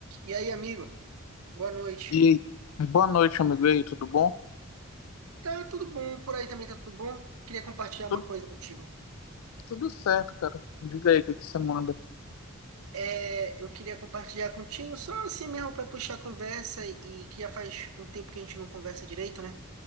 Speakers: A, on the right; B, on the left.
A: E aí, amigo? Boa noite.
B: E aí, boa noite, amigo. E aí, tudo bom?
A: Tá tudo bom, por aí também tá tudo bom. Queria compartilhar uma
B: Tudo,
A: coisa contigo.
B: tudo certo, cara. Diga aí o que que você manda.
A: É, eu queria compartilhar contigo só assim mesmo para puxar a conversa e que já faz um tempo que a gente não conversa direito, né?